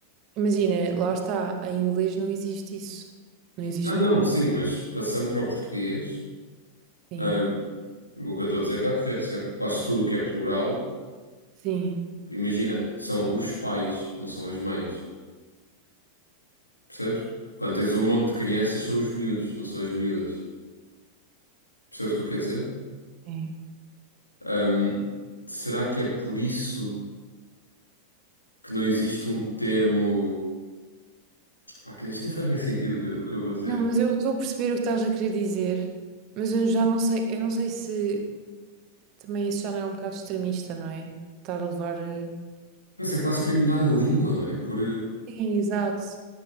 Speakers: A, on the right (about 40°); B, on the left (about 85°).
A: Imagina, lá está, em inglês não existe isso. Não existe
B: Não, não,
A: muito.
B: sim, mas passando para o português,
A: Sim,
B: hum, o que eu estou a dizer está correto, certo? Quase tudo o que é plural,
A: sim,
B: imagina, são os pais, não são as mães, percebes? Quando tens um monte de crianças, são os miúdos, não são as miúdas. Percebes o que eu quero dizer?
A: sim.
B: Ahm, será que é por isso que não existe um termo. Pá, que isto nem faz bem sentido o que, eu o que eu vou dizer.
A: Não, mas eu estou a perceber o que estás a querer dizer, mas eu já não sei, eu não sei se também isso já não é um bocado extremista, não é? Estar a levar. eh,
B: Mas é quase
A: com-
B: querer mudar a língua, não é? Por, eh,
A: Sim, exato.